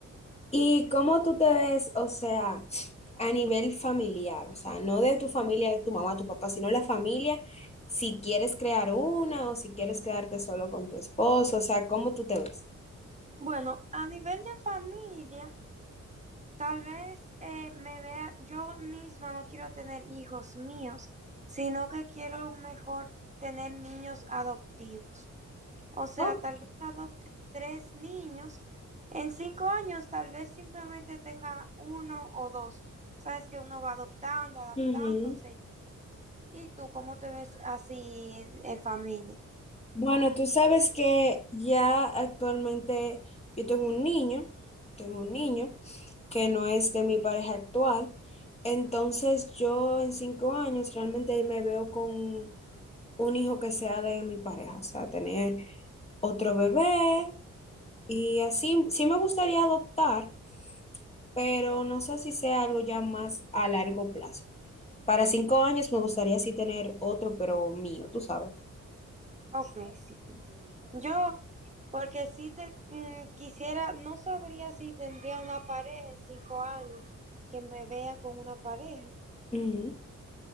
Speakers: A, on the left; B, on the right.
A: ¿Y cómo tú te ves, o sea, a nivel familiar? O sea, no de tu familia, de tu mamá, tu papá, sino la familia, si quieres crear una o si quieres quedarte solo con tu esposo, o sea, ¿cómo tú te ves?
B: Bueno, a nivel de familia. Tal vez eh, me vea, yo misma no quiero tener hijos míos, sino que quiero mejor tener niños adoptivos. O sea,
A: Ok.
B: tal vez adopte tres niños. En cinco años, tal vez simplemente tenga uno o dos. Sabes que uno va adoptando, adaptándose.
A: Ujú.
B: ¿Y tú cómo te ves así en, en familia?
A: Bueno, tú sabes que ya actualmente yo tengo un niño, tengo un niño que no es de mi pareja actual, entonces yo en cinco años realmente me veo con un hijo que sea de mi pareja, o sea, tener otro bebé y así. Sí me gustaría adoptar, pero no sé si sea algo ya más a largo plazo. Para cinco años me gustaría sí tener otro, pero mío, tú sabes.
B: Ok, sí. Yo Porque si te mm, quisiera, no sabría si tendría una pareja en cinco años que me vea con una pareja.
A: Ujú.